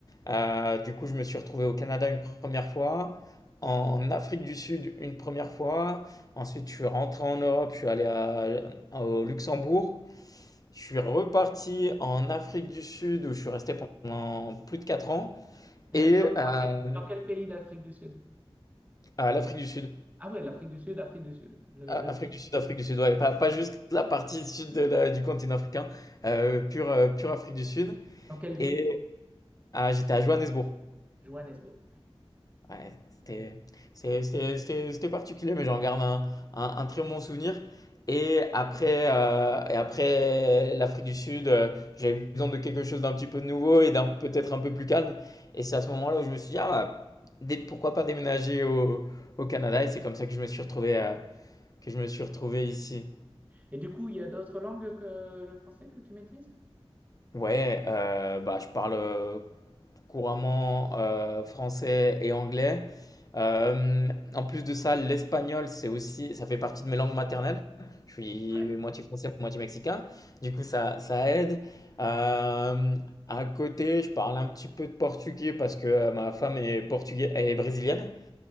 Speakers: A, on the left; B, on the right.
A: Euh, du coup, je me suis retrouvé au Canada une première fois, en Afrique du Sud une première fois. Ensuite, je suis rentré en Europe, je suis allé à- au Luxembourg. Je suis reparti en Afrique du Sud où je suis resté pendant plus de 4 ans.
B: Et
A: Et,
B: euh, Dans,
A: euh,
B: dans quel, dans quel pays d'Afrique du Sud?
A: à l'Afrique du Sud.
B: Ah ouais, l'Afrique du Sud, Afrique du Sud, le,
A: A-
B: le
A: Afrique
B: pays.
A: du Sud, Afrique du Sud, ouais. Pas, pas juste la partie sud de la- du continent africain, euh, pure, euh, pure Afrique du Sud.
B: Dans quelle ville?
A: Et ah, j'étais à Johannesburg.
B: Johannesburg.
A: Ouais, c'était c'est- c'est- c'est- c'était particulier, mais j'en garde un, un- un très bon souvenir. Et après, euh, et après l'Afrique du Sud, euh, j'avais besoin de quelque chose d'un petit peu nouveau et d'un peut-être un peu plus calme. Et c'est à ce moment-là où je me suis dit, ah bah, dé- pourquoi pas déménager au, au Canada? Et c'est comme ça que je me suis retrouvé, euh, que je me suis retrouvé ici.
B: Et du coup, il y a d'autres langues que le français que tu maîtrises?
A: Ouais, euh, bah, je parle euh, couramment euh, français et anglais. Euh, en plus de ça, l'espagnol, c'est aussi, ça fait partie de mes langues maternelles. Je suis
B: Ouais.
A: moitié français, moitié mexicain. Du coup, ça, ça aide. Euh, à côté, je parle un petit peu de portugais parce que euh, ma femme est portugaise, elle est brésilienne.